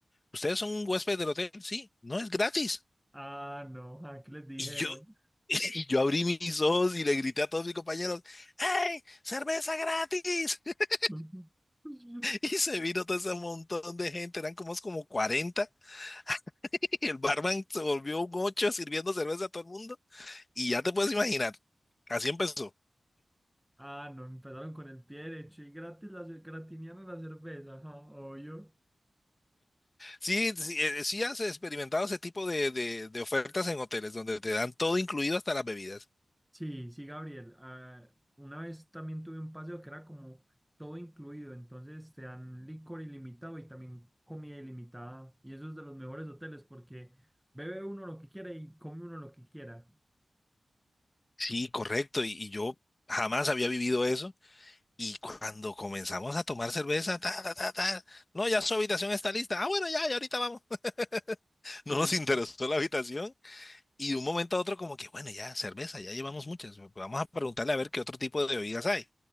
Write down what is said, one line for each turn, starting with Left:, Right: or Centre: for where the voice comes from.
Left: ¿Ustedes son un huésped del hotel? Sí, no es gratis.
Centre: Ah, no, ah, ¿qué les dijeron?
Left: Y yo, <laughs> y yo abrí mis ojos y le grité a todos mis compañeros, ¡Hey, cerveza gratis! <laughs>
Centre: <laughs>
Left: Y se vino todo ese montón de gente, eran como, como 40, <laughs> y el barman se volvió un ocho sirviendo cerveza a todo el mundo. Y ya te puedes imaginar, así empezó.
Centre: Ah, no, empezaron con el pie derecho y gratis la cer- gratiniana la cerveza, ajá, obvio.
Left: Sí, sí, eh, sí has experimentado ese tipo de, de- de ofertas en hoteles donde te dan todo incluido hasta las bebidas.
Centre: Sí, sí, Gabriel. ah, una vez también tuve un paseo que era como todo incluido, entonces te dan licor ilimitado y también comida ilimitada. Y eso es de los mejores hoteles porque bebe uno lo que quiere y come uno lo que quiera.
Left: Sí, correcto. Y, y yo jamás había vivido eso. Y cuando comenzamos a tomar cerveza, ta, ta, ta, ta, no, ya su habitación está lista. Ah, bueno, ya, ya ahorita vamos. <laughs>
Centre: Sí,
Left: No nos interesó
Centre: sí,
Left: la habitación. Y de un momento a otro como que, bueno, ya, cerveza, ya llevamos muchas. Vamos a preguntarle a ver qué otro tipo de bebidas hay.